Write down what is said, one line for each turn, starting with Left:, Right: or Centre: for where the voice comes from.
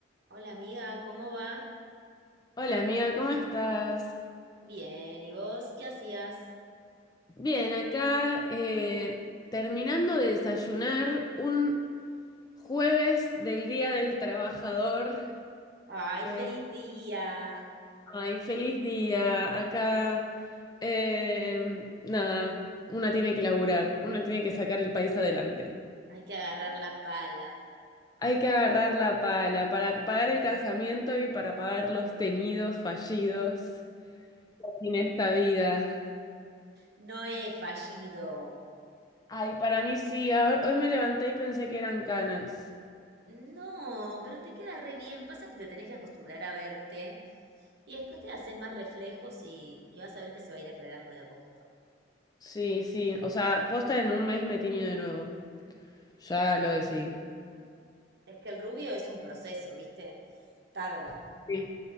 Right: Hola amiga, ¿cómo va?
Left: Hola amiga, ¿cómo estás?
Right: Bien, ¿y vos qué hacías?
Left: Bien, acá eh, terminando de desayunar un jueves del Día del Trabajador.
Right: ¡Ay,
Left: Eh,
Right: feliz día!
Left: ay, feliz día. Acá, eh, nada, una tiene que laburar, una tiene que sacar el país adelante.
Right: Hay que agarrar la pala.
Left: Hay que agarrar la pala para pagar el casamiento y para pagar los teñidos fallidos en esta vida.
Right: No he fallido.
Left: Ay, para mí sí, ahora- hoy me levanté y pensé que eran canas.
Right: No, pero te queda re bien. Pasa que te tenés que acostumbrar a verte y después te haces más reflejos y, y vas a ver que se va a ir aclarando de a poquito.
Left: Sí, sí, o sea, posta en un mes me tiño de nuevo. Ya lo decidí.
Right: Es que el rubio es un proceso, ¿viste? Tarda.
Left: Sí.